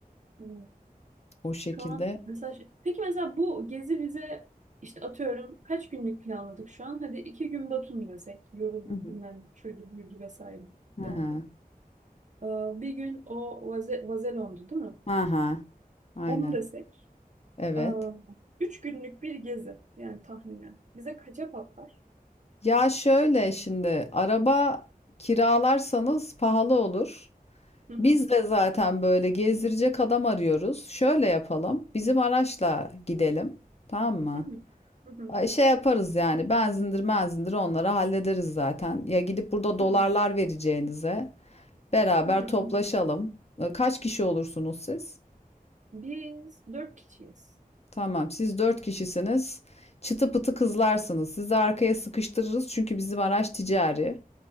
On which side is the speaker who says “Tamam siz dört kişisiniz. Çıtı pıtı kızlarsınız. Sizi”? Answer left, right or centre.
Left